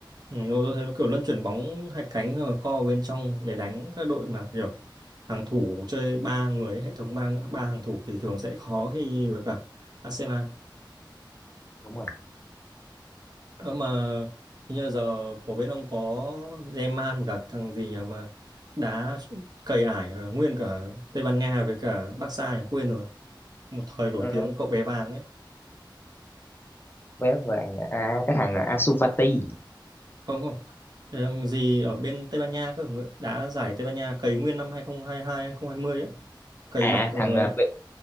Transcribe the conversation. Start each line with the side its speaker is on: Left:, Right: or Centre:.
Right: Ừ, tôi thấy nó kiểu luân chuyển bóng hai cánh rồi co vào bên trong để đánh các đội mà kiểu hàng thủ chơi ba người ấy, hệ thống ba ba hàng thủ thì thường sẽ khó khi với cả Arsenal.
Left: đúng rồi
Right: Ờ, mà hình như giờ của bên ông có Zeman và cả thằng gì nhỉ mà đá cầy ải ờ, nguyên cả Tây Ban Nha với cả Barca nhỉ? quên rồi. Một thời nổi
Left: Ờ,
Right: tiếng cậu bé vàng đấy.
Left: bé vàng à cái thằng Ansu Fati
Right: không không Thằng gì ở bên Tây Ban Nha cơ người- đá giải Tây Ban Nha cày nguyên năm hai không hai hai hai không hai mươi á cày
Left: à
Right: bạc cả
Left: thằng
Right: người
Left: ờ,
Right: á
Left: B,